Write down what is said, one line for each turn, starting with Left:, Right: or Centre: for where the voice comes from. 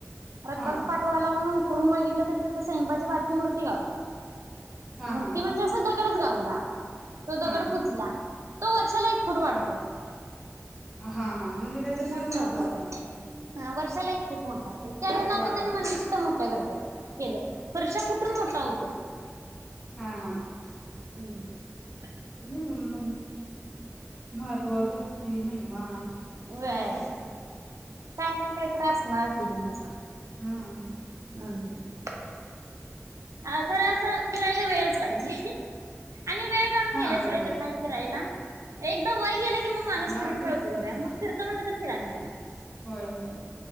Right: रक्ताच
Centre: हा
Right: पाठवाला म्हणून ून बघितलं तरी त संपाच्या बारखी मूर्ती काली
Centre: हां,
Right: मती
Centre: हां,
Right: म्हणजे असं. च गावला तो दगड
Centre: हां,
Right: पुजला तो वर्षाला एक फूट वाढतोय
Centre: हा हा म्हणजे कायतरी
Right: मोठा
Centre: त्याचं महत्त्व
Right: होतो
Centre: असणार आहे
Right: हा वर्षाला एक फूट मोठा होतयं त्या आता
Centre: वाढतंय.
Right: त्यांनी मंदिर सुद्धा मोठ करतील गेले वर्षा कुठून मोठा होतय <inaudible>
Centre: हा हा
Right: हम् हम्
Centre: ह् महत्व भक्ती महिमा
Right: व्हय
Centre: तेच की
Right: काही नाही काही तर असणार की तुमचं
Centre: हा
Right: <unintelligible> अ खरं असं फिरायला वेळच पाहिजे आणि वेळ काढून
Centre: हां,
Right: गेल्या
Centre: वेळ
Right: शिवाय
Centre: पाहिजे.
Right: तर आहे फिरायला एकदम वय गेले की मग माणूस
Centre: हां,
Right: फिरुन
Centre: तेच
Right: काय उपयोग
Centre: की.
Right: आहे मग जातो म्हट तर फिरायला मिळत नाही
Centre: होय होय